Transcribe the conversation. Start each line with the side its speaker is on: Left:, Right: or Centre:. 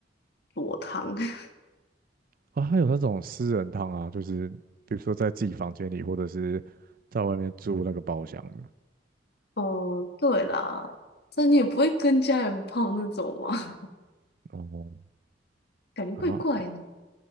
Left: 裸汤。<laughs>
Right: 啊、还有那种私人汤啊，就是比如说在自己房间里，或者是在外面租那个包厢的。
Left: 哦，对啦，但你也不会跟家人泡那种嘛，
Right: 哦，
Left: <laughs> 感觉怪怪的。
Right: 啊，